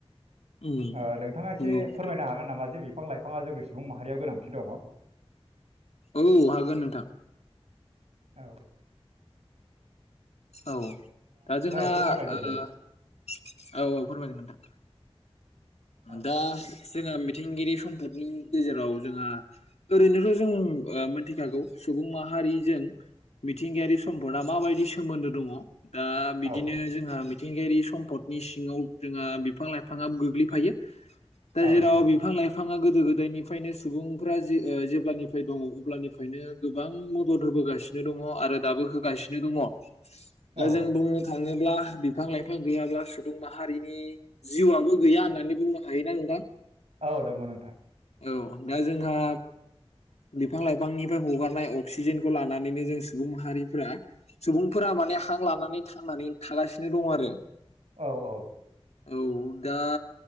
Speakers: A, on the left; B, on the right.
A: उम
B: ओ नोंथाङा एसे
A: नंगौ नोंथां
B: फोरमायनो हागोन नामा जे बि बिफां लाइफाङा जोंनि सुबुं माहारियाव गोनांथि दङ।
A: औ हागोन नोंथां।
B: औ।
A: औ दा जोंहा
B: एसे फोरमायदो
A: औ
B: दे
A: औ फोरमायगोन नोंथां।
B: औ
A: दा जोंहा मिथिंगायारि सम्फदनि गेजेराव जोंहा ओरैनोथ' जों ओ मोनथिखागौ सुबुं माहारिजों मिथिंगायारि सम्फदआ माबायदि सोमोन्दो दङ। ओ बिदिनो
B: औ
A: जोंहा मि मिथिंगायारि सम्दनि सिङाव जोंहा बिफां लाइफाङा गोग्लै फायो। दा
B: औ
A: जेराव
B: नंगौ नोंथां
A: बिफां लाइफांआ गो गोदो गोदायनिफ्रायनो सुबुंफ्रा जे ओ जेब्लानिफ्राय दङ अब्लानिफ्रायनो गोबां मदद होबोगासिनो दङ आरो दाबो होगासिनो दङ। दा
B: औ
A: जों
B: औ
A: बुंनो थाङो ब्ला बिफां लाइफां गैयाब्ला सुबुं माहारिनि जिउआबो गैया होना बिदि बुंनो हायो ना नोंथां?
B: औ दङ नोंथां।
A: औ दा जोंहा बिफां लाइफांनिफ्राय हगारनाय अक्सिजेनखौ लानानैनो जों सुबुं माहारिफोरा सुबुंफोरा माने हां लानानै थांनानै थागासिनो दं आरो।
B: औ औ।
A: औ दा